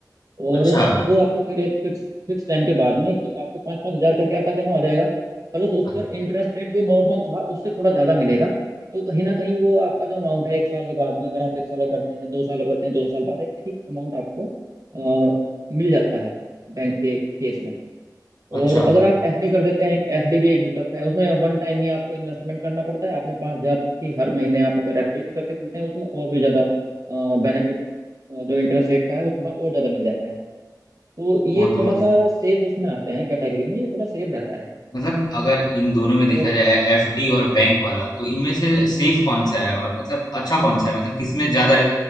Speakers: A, on the right; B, on the left.
A: और
B: अच्छा
A: वो आपको फिर एक फिक्स फिक्स टाइम के बाद में एक तो आपको पाँच पाँच हजार करके आपका जमा हो जाएगा प्लस उस
B: अ-
A: पर इंटरेस्ट रेट जो नॉर्मल था उससे थोड़ा ज्यादा मिलेगा तो कहीं ना कहीं वो आपका जो अमाउंट है एक साल के बाद में अगर आप एक साल करते हैं या दो साल करते हैं दो साल बाद एक ठीक अमाउंट आपको अ, मिल जाता है बैंक के केस में और
B: अच्छा
A: अगर आप एफडी कर देते हैं एक एफडी भी एक विकल्प है उसमें वन टाइम ही आपको इन्वेस्टमेंट करना पड़ता है आपने पाँच हजार की हर महीने आप अगर एफडी भी करके चलते हैं उसमें और भी ज्यादा बेनिफिट जो इंटरेस्ट रेट का है वो थोड़ा और ज्यादा मिल जाता है तो ये
B: वो
A: थोड़ा
B: तो मतलब
A: सा सेफ उसमें आते हैं कैटेगरी में ये थोड़ा सेफ रहता है
B: मतलब अगर इन दोनों में देखा
A: तो
B: जाए एफडी और बैंक वाला तो इनमें से सेफ कौन सा है और मतलब अच्छा कौन सा है मतलब किसमें ज्यादा